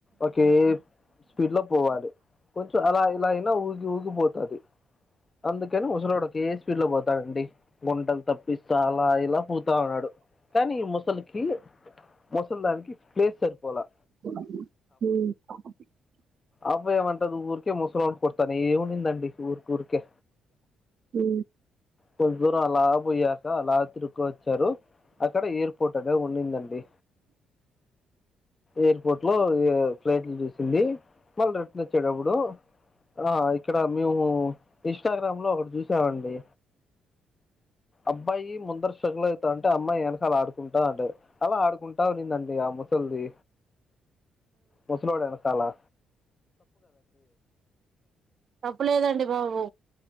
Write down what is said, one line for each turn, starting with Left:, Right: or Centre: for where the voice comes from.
Left: ఒకే స్పీడ్ లో పోవాలి కొంచెం అలా ఇలా అయినా ఊ ఊగిపోతంది అందుకని ముసలోడ్కి స్పీడ్ లో పోతండి గుంటల్ తప్ పిస్తా అలా ఇలా పూతా ఉన్నాడు కానీ ఈ ముసలికి ముసల్ దానికి ప్లేస్ సరిపోలే
Right: మ్
Left: అవ్వ ఏమంటది ఊరికే ముసలోన్ని కొడుతానే ఉనిందండి ఊరికుర్కే
Right: మ్
Left: కొంత దూరం అల పొయ్యారు అలా తిరుకు వచ్చారు అక్కడ ఎయిర్పోర్ట్ అనే ఉండిందండి ఎయిర్పోర్ట్ లో ఫ్లైట్లు చూసింది మళ్ళ రి టన్ ఓచ్చేటప్పుడు ఆ ఇక్కడ మేము ఇన్స్టాగ్రామ్ లో ఒకటి చూసామండి అబ్బాయి ముందర స్రగులైతంటే అమ్మాయి వెనకాలలా ఆడుకుంటా ఉంటది అలా ఆడుకుంటా ఉనిందండి ఆ ముసల్ ల్దీ ముసలోడేనకాలా
Right: తప్పులేదండి బాబు